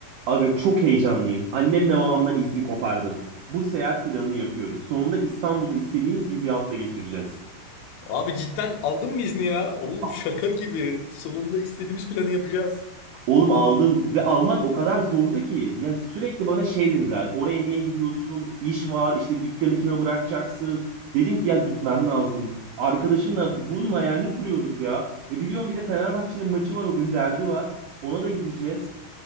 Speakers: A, on the right; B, on the left.
A: Aga çok heyecanlıyım. Annemle babamdan izni kopardım. Bu seyahat planını yapıyoruz. Sonunda İstanbul'da istediğimiz gibi bir hafta geçireceğiz.
B: Abi cidden aldın mı izni ya? Oğlum
A: A-
B: şaka gibi. Sonunda istediğimiz planı yapacağız.
A: Oğlum aldım ve almak o kadar zordu ki. Ya sürekli bana şey dediler. Oraya niye gidiyorsun? İş var, işte dükkanı kime bırakacaksın? Dedim ki ya gitmem lazım. Arkadaşımla bunun hayalini kuruyoruz ya. Ve biliyorum bir de Fenerbahçe'nin maçı var o gün derbi var. Ona da gideceğiz.